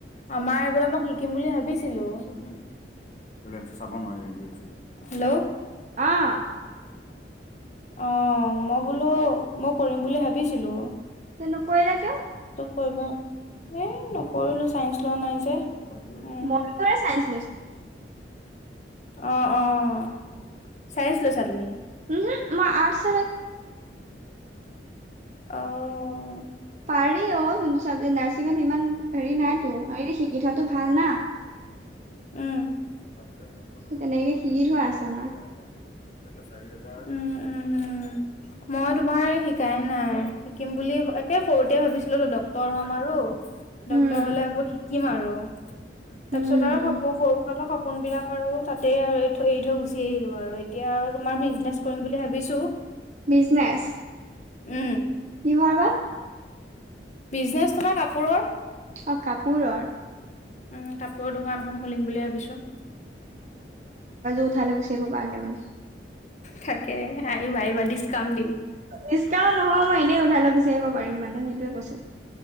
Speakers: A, on the left (about 40°); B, on the right (about 40°).
A: আমাৰ এইবিলাক মই শ কিম বুলি ভাবিছিলো চাব হেল্ল
B: আহ।
A: অ, মই বোলো মই কৰিম বুলি ভাবিছিলো।
B: তে, নকৰিলা কিয়?
A: কৰিব এই নকৰিলো চাইন্ঞ্চ লোৱা নাই যে। উম
B: মইৰে চাইন্ঞ্চ লৈছিলো।
A: অ', অ', চাইন্স লৈছা তুমি।
B: তুমি আৰ্টছ
A: উম। অ'।
B: পাৰি অ, যোনটো চাবজেক্ট নাৰছিঙত ইমান হেৰি নাইতো হ, শিকি থোৱাাতটো ভাল না।
A: উম, পাঁচ হাজাৰ সাতশ
B: সেই
A: টকা
B: তেনেকে
A: পৰা পাঁচ হাজাৰ
B: শিকি
A: সাতশ
B: থোৱা
A: টকা
B: আছে
A: কাটিব
B: আমাৰ
A: লাগে প, হাজাৰাত। চাৰি হাজাৰ উম, উম। মই তোমাৰ শিকাই নাই শিকিম বুলি একে সৰুতে ভাবিছিলো তো ডক্তৰ হ'ম আৰু ডক্তৰ
B: উম
A: হ'লে আকৌ শিকিম আৰু তাৰপিছত
B: উম
A: আৰু হ'ব সৰুকালৰ স সপোন বিলাক আৰু তাতে আৰু এৰি থৈ গুচি আহিলো আৰু এতিয়া আৰু তোমাৰ বিজনেচ কৰিম বুলি ভাবিছো।
B: ব্ৰিজনেছ।
A: উম।
B: কিহৰ বা
A: ব্ৰিজনেচ তোমাৰ কাপোৰৰ।
B: অ কাপোৰৰ
A: উম, কাপোৰৰ দোকান এখন খুলিম বুলি ভাবিছো।
B: ওথাই লৈ গুচি আহিব পৰাকে মানে।
A: তাকে আহিবা আহিবা ডিচকাউন্ট দিম
B: ৰিক্সা নহয় মই এনেই উঠাই লৈ গৈছো। চি আহিব পাৰিম মানে সেইটোয়ে কৈছো।